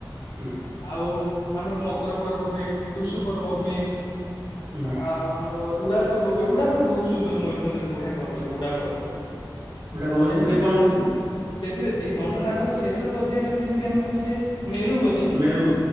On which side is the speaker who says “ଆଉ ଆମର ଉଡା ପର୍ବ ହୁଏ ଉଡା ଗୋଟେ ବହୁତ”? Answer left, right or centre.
Left